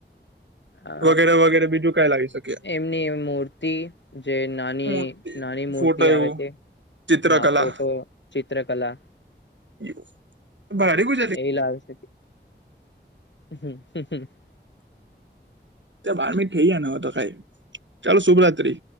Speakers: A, on the left; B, on the right.
A: અ
B: વગેરે વગેરે બીજું કઈ લાવી શકીએ
A: એમની મૂર્તિ જે નાની
B: મૂર્તિ
A: નાની મૂર્તિ
B: ફોટો એવું
A: આવે છે
B: ચિત્રકલા
A: હા ફોટો ચિત્રકલા
B: <inaudible> બડી કો
A: એ લ શકે હ હમ હ
B: ત્યા બાર મી થઈયા ન તો ખાઈ ચાલ શુભરાત્રી